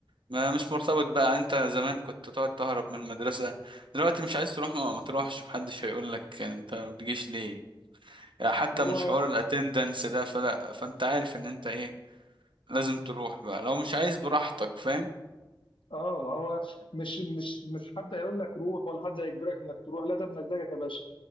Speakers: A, on the right; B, on the left.
A: ما مش مرتبط بقى انت زمان كنت تقعد تهرب من المدرسه دلوقتي مش عايز تروح ما, ما تروحش محدش هيقول لك انت ما بتجيش ليه آه، حتى
B: هو
A: مش حوار الاتندنس ده فلا فانت عارف ان انت ايه لازم تروح بقى لو مش عايز براحتك فاهم
B: اه ما هو مش مش مش حد هيقول لك روح ولا حد هيجبرك انك تروح لا ده بمزاجك يا باشا